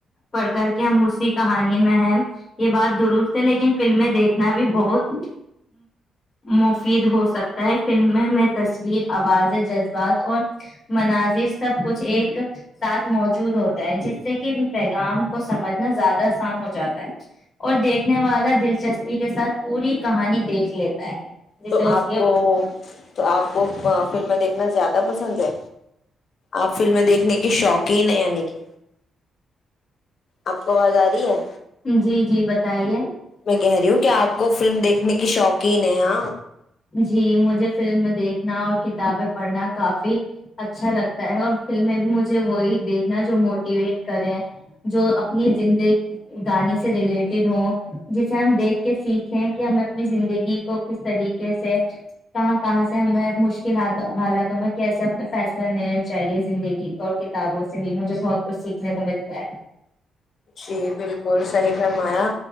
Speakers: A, on the left; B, on the left.
A: پڑھ کر کے ہم اسی کہانی میں ہیں یہ بات درست ہے لیکن فلمیں دیکھنا بھی بہت مفید ہو سکتا ہے فلمیں میں تصویر آوازیں جذبات اور مناظر سب کچھ ایک ساتھ موجود ہوتا ہے جس سے کہ پیغام کو سمجھنا زیادہ آسان ہو جاتا ہے اور دیکھنے والا دلچسپی کے ساتھ پوری کہانی دیکھ لیتا ہے جیسے
B: تو
A: اس
B: آپ
A: کے
B: کو تو آپ کو فلمیں دیکھنا زیادہ پسند ہے آپ فلمیں دیکھنے کے شوق ہی ہیں یعنی کہ آپ کو آواز آ رہی ہے
A: جی جی بتائیے
B: میں کہہ رہی ہوں کہ آپ کو فلم دیکھنے کی شوق کینے آ
A: جی مجھے فلم دیکھنا اور کتابیں پڑھنا کافی اچھا لگتا ہے اور فلم میں بھی مجھے وہی دیکنا جو موٹیویٹ کریں جو اپنی زند گانی سے ریلیٹڈ ہ جسے ہم دیکھ کے سیکھیں کہ ہمیں اپنی زندگی کو کس طریقے سے کہاں کہاں سے ہمیں مشکل حالاتوں میں کیسے اپنا فیصلہ لینا چاہیے زندگی کو اور کتابوں سے بھی مجھے بہت کچھ سیکھنے کو ملتا ہے
B: جی بالکل صحی فرمایا